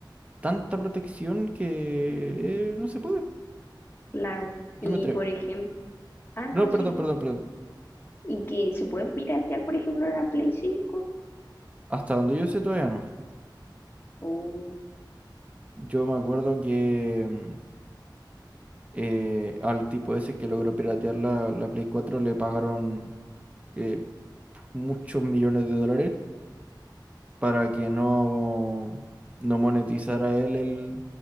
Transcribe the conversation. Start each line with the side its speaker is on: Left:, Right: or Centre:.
Right: tanta protección que eh, no se puede.
Left: Claro.
Right: Yo
Left: Y
Right: me atrevo.
Left: por ejemplo, ah, no,
Right: No, perdón,
Left: sí.
Right: perdón, perdón.
Left: ¿Y que se puede piratear, por ejemplo, la Play cinco,
Right: Hasta donde yo sé todavía no.
Left: Oh,
Right: Yo me acuerdo que em, eh, al tipo ese que logró piratear la, la Play cuatro le pagaron eh, muchos millones de dólares para que no, no monetizara él el,